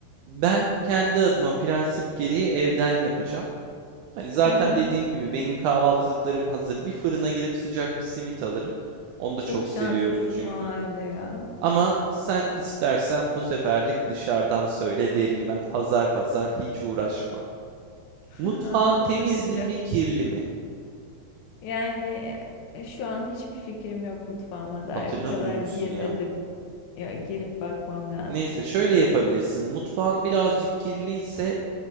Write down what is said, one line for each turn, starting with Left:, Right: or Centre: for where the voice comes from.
Right: Ben kendi adıma prensip gereği evden yapacağım. Hani zaten
Left: <laughs>
Right: dediğim gibi benim kahvaltılıklarım hazır. Bir fırına gidip sıcak bir simit alırım. Onu da
Left: Çok
Right: çok
Left: şanslısın
Right: seviyorum çünkü.
Left: o halde ya.
Right: Ama sen istersen bu seferlik dışarıdan söyle derim ben. Pazar pazar hiç uğraşma.
Left: <laughs>
Right: Mutfağın
Left: Ha,
Right: temizli
Left: Bakacağım.
Right: mi kirli mi?
Left: Yani e, şu an hiçbir fikrim yok mutfağıma dair.
Right: Hatırlamıyor
Left: O kadar
Right: musun
Left: girmedim.
Right: ya?
Left: Ya, girip bakmam lazım.
Right: Neyse şöyle yapabilirsin. Mutfağın birazcık kirliyse